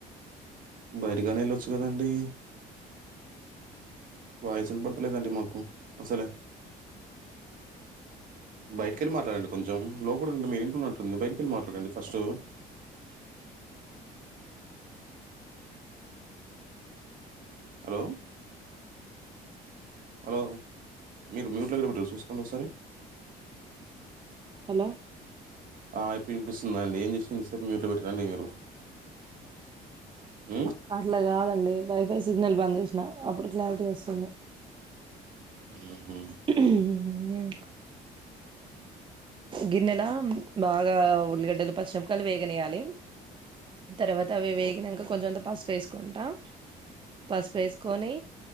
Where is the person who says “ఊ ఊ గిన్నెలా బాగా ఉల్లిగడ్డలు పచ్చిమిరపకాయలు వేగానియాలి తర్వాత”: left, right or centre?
Right